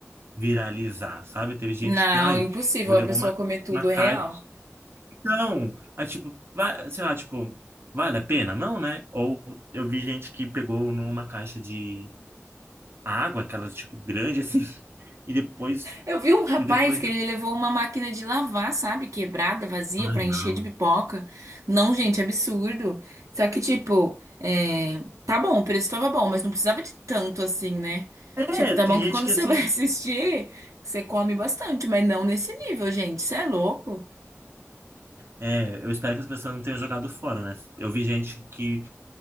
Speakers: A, on the right; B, on the right.
A: viralizar, sabe? Teve gente
B: Não,
A: que, ai,
B: impossível
A: vou
B: a
A: levar
B: pessoa
A: uma,
B: comer tudo
A: uma
B: real.
A: caixa. Não! Aí, tipo, vai, sei lá, tipo, vale a pena? Não, né? Ou eu vi gente que pegou numa caixa de água, aquelas, tipo, grande, assim, <laughs> e depois,
B: Eu vi um rapaz
A: e depois,
B: que ele levou uma máquina de lavar, sabe? Quebrada, vazia,
A: ai,
B: pra
A: não.
B: encher de pipoca. Não, gente, absurdo. Só que, tipo, é, tá bom, o preço tava bom, mas não precisava de tanto assim, né?
A: É,
B: Tipo, tá
A: tem
B: bom
A: gente
B: que quando
A: que
B: você
A: assim.
B: <laughs> vai assistir, você come bastante, mas não nesse nível, gente. Isso é louco.
A: É, eu espero que as pessoas não tenham jogado fora, né? Eu vi gente que